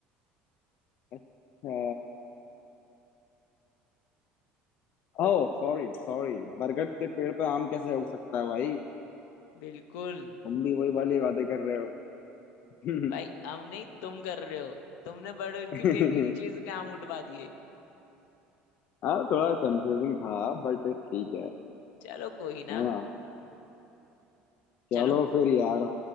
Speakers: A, on the left; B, on the left.
A: अच्छा ओ सॉरी सॉरी बरगद के पेड़ पे आम कैसे उग सकता है भाई
B: बिल्कुल
A: तुम भी वही वाली बातें कर रहे हो <laughs>
B: भाई हम नहीं तुम कर रहे हो तुमने बड़गद
A: <laughs>
B: के पेड़ के नीचे से काम उठवा दिए
A: हाँ थोड़ा कंफ्यूजिंग था बट ठीक है
B: चलो कोई ना
A: है ना
B: चलो
A: चलो फिर यार